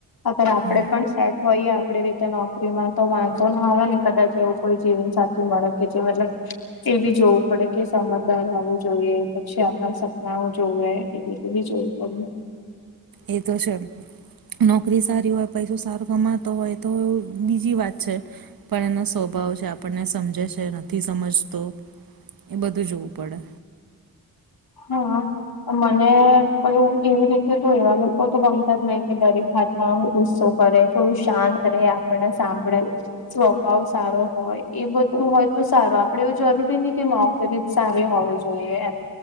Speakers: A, on the left; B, on the right.
A: અગર આપડે
B: હમ
A: પણ સેટ હોઈએ આપડી રીતે નોકરીમાં તો વાંધો ના આવે ને કદાચ એવો કોઈ જીવનસાથી મળે કે જે મતલબ એ બી જોવું પડે કે સમજદાર હોવું જોઈએ પછી આપણા સપનાઓ જોવે એ બધું બી જોવું <inaudible>
B: એ તો છે નોકરી સારી હોય પૈસો સારો કમાતો હોય તો એ બીજી વાત છે પણ એનો સ્વભાવ છે આપણને સમજે છે નથી સમજતો એ બધું જોવું પડે
A: હા મને પેલું એવી રીતે તો એવા લોકો તો ગમતા જ નહી કે દરેક ભાત નામ ગુસ્સો કરે થોડું શાંત રહે આપણને સાંભળે સ્વભાવ સારો હોય એ બધું હોય તો સારો આપડે એવું જરૂરી ની કે ન જ સારી હોવી જોઈએ એમ